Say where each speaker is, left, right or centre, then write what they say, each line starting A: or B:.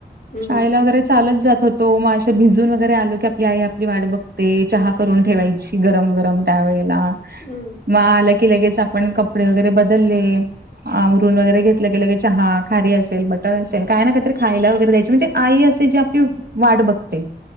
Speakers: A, on the left; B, on the right.
A: हम्म.
B: शाळेला वगैरे चालत जात होतो मग असे भिजून वगैरे आलो की आपली आई आपली वाट बघ ते चहा करून ठेवायची
A: हम्म
B: गरम गरम त्यावेेळेला
A: हम्म
B: मग आलं की लगेच आपण कपडे वगैरे बदलले ून वगैर घेतलं गेलं चहा खारी असेल बटर असेल काय ना का तरी खायला वगैरे द्यायची म्हणजे आई असे जे आपली वाट बघते